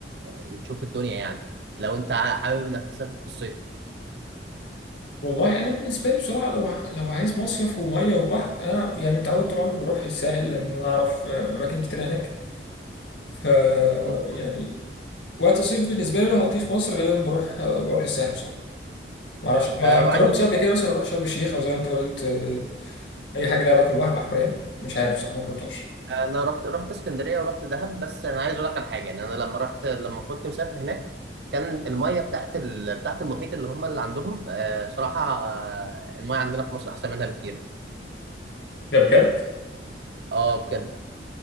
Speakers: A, on the right (about 65°); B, on the left (about 80°).
A: وتشوف الدنيا يعني لو أنت حابب إنك تسافر في الصيف
B: والله انا بالنسبه لي بصراحه لو ع- لو عايز مصيف وميه وبحر انا يعني متعود طول عمري بروح الساحل لان انا اعرف آه، اماكن كتير هناك ف
A: مم.
B: يعني وقت الصيف بالنسبه لي لو هقضيه في مصر غالبا بروح آه، بروح الساحل بصراحه ما اعرفش ما
A: آه،
B: جربتش
A: وعايز
B: قبل كده مثلا اروح شرم الشيخ او زي ما انت قلت آه، اي حاجه ليها علاقه بالبحر الاحمر يعني مش عارف بصراحه ما جربتهاش
A: انا رحت رحت اسكندريه ورحت دهب بس انا عايز اقول لك على حاجه يعني انا لما رحت لما كنت مسافر هناك كان الميه بتاعت ال... بتاعت المحيط اللي هم اللي عندهم آه صراحه آه الميه عندنا في مصر احسن منها بكتير
B: ده بجد
A: اه بجد